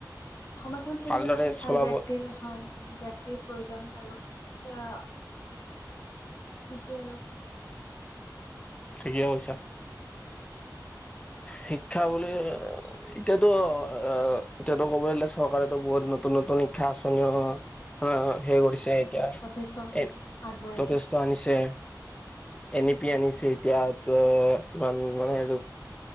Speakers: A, on the left (about 45°); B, on the left (about 15°).
A: সমাজ এখন চলিবলৈ
B: ভালদৰে
A: হ'লে ভাল
B: চলাব
A: ব্যক্তিৰ হয় ব্যক্তিৰ প্ৰয়োজন আৰু এ সেইটোৱে আৰু
B: ঠিকে কৈছা শিক্ষা বুলি অঅ এতিয়াটো অ এতিয়াটো ক'ব গলে চৰকাৰে টো বহুত নতুন ন নতুন শিক্ষা আঁচনিও হয় হয় সে কৰিছে এতিয়া
A: যথেষ্ট
B: এ
A: আগবঢ়াইছে
B: যথেষ্ট আনিছে এনিপি আনিছে এতিয়া ত কিমান মানে এইটো